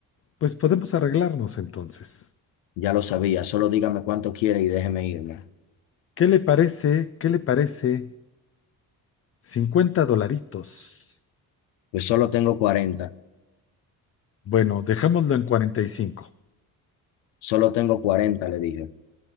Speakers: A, on the left (about 35°); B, on the left (about 80°).
A: pues podemos arreglarnos entonces.
B: Ya lo sabía, solo dígame cuánto quiere y déjeme irme.
A: ¿Qué le parece? ¿Qué le parece? cincuenta dolaritos.
B: Pues solo tengo 40.
A: Bueno, dejémoslo en 45.
B: Solo tengo 40, le dije.